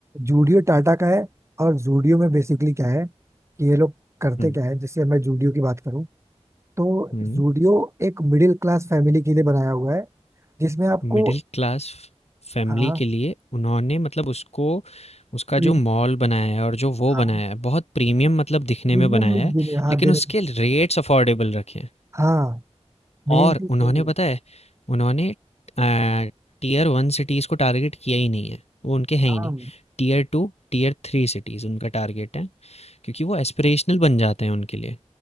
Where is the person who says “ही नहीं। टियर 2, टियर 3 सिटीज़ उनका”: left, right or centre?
Left